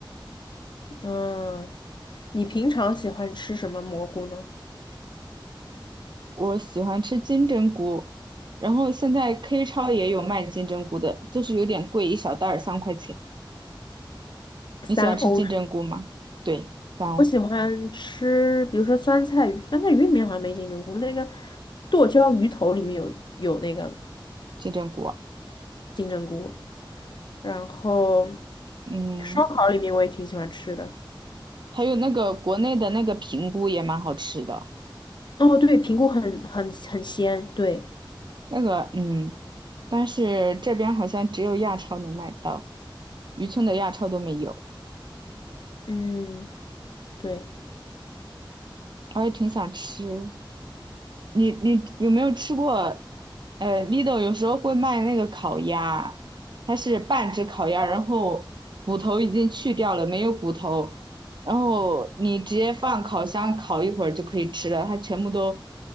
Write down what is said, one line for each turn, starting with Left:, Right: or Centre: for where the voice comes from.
Left: 嗯，你平常喜欢吃什么蘑菇呢？
Right: 我喜欢吃金针菇，然后现在 K 超也有卖金针菇的，就是有点贵，一小袋儿三块钱。
Left: 三欧是吗
Right: 你喜欢吃金针菇吗？对，当
Left: 我喜欢吃，比如说酸菜鱼，酸菜鱼里面好像没金针菇，那个剁椒鱼头里面有有那个
Right: 金针菇啊，
Left: 金针菇，然后
Right: 嗯，
Left: 烧烤里面我也挺喜欢吃的。
Right: 还有那个国内的那个平菇也蛮好吃的。
Left: 哦，对，平谷很很很鲜，对，
Right: 那个，嗯，但是这边好像只有亚超能买到，渔村的亚超都没有，
Left: 嗯，对，
Right: 我也挺想吃。你你有没有吃过？呃，Lidl 有时候会卖那个烤鸭，它是半只烤鸭，然后骨头已经去掉了，没有骨头，然后你直接放烤箱烤一会儿就可以吃了，它全部都